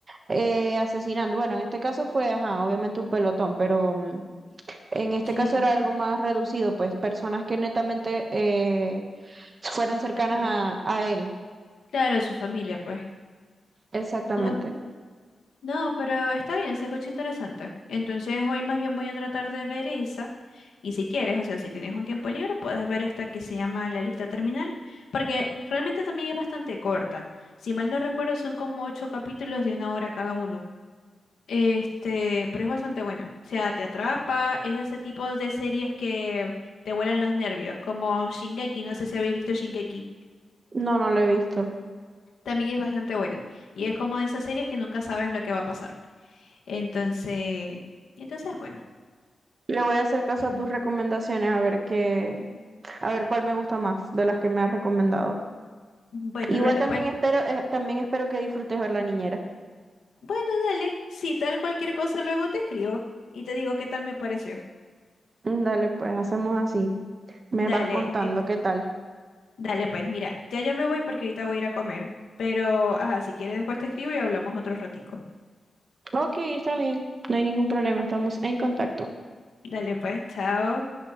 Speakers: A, on the right; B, on the left.
A: eh, asesinando. Bueno, en este caso fue, ajá, obviamente un pelotón, pero mm, en este
B: Sí,
A: caso era algo más reducido, pues personas que netamente eh, fueran cercanas
B: claro.
A: a, a él,
B: Claro, su familia, pues.
A: exactamente.
B: No, No, pero está bien, se escucha interesante. Entonces hoy más bien voy a tratar de ver esa. Y si quieres, o sea, si tienes un tiempo libre, puedes ver esta que se llama La lista terminal, porque realmente también es bastante corta. Si mal no recuerdo, son como ocho capítulos de una hora cada uno. Este, pero es bastante buena. O sea, te atrapa, es de ese tipo de series que te vuelan los nervios, como Shingeki, no sé si habéis visto Shingeki.
A: No, no lo he visto.
B: También es bastante buena. Y es como de esas series que nunca sabes lo que va a pasar. Entonces, entonces, bueno,
A: Le voy a hacer caso
B: sí.
A: a tus recomendaciones, a ver qué, a ver cuál me gusta más de las que me has recomendado.
B: Bueno,
A: Igual
B: dale,
A: también
B: pues.
A: espero, eh, también espero que disfrutes ver La Niñera.
B: Bueno, dale. Si tal cualquier cosa, luego te escribo y te digo qué tal me pareció.
A: Mm, Dale, pues hacemos así. Me
B: Dale,
A: vas contando
B: eh,
A: qué tal.
B: dale, pues, mira, ya yo me voy porque ahorita voy a ir a comer. Pero, ajá, si quieres después te escribo y hablamos otro ratico.
A: Ok, está bien. No hay ningún problema, estamos en contacto.
B: Dale, pues, chao.